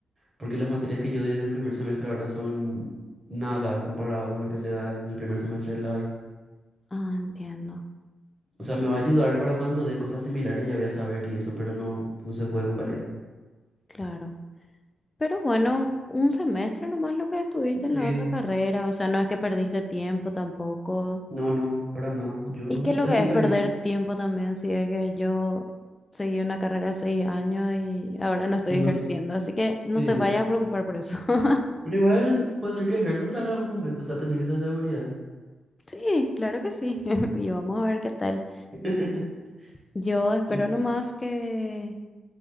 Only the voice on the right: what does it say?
porque las materias que yo doy en el primer semestre ahora son nada comparado con lo que se da en el primer semestre de la I.
O sea, me va a ayudar para cuando dé cosas similares ya voy a saber y eso, pero no, no se puede convalidar.
Sí,
no, no, para nada. Yo
estoy
feliz.
Y
no,
sí.
Pero igual puede ser que ejerza otra en algún momento, o sea, tenés esa seguridad.
<laughs>
Y sí,